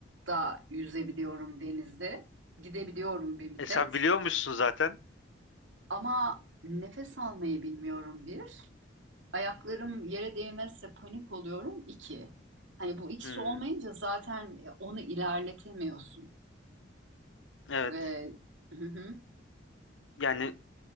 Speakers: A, on the right (about 80°); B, on the left (about 80°).
A: da yüzebiliyorum denizde. Gidebiliyorum bir müddet.
B: E, sen biliyormuşsun zaten.
A: Ama nefes almayı bilmiyorum bir. Ayaklarım yere değmezse panik oluyorum iki. Hani bu ikisi
B: Hmm,
A: olmayınca zaten e, onu ilerletemiyorsun.
B: evet.
A: Ve <laughs>
B: Yani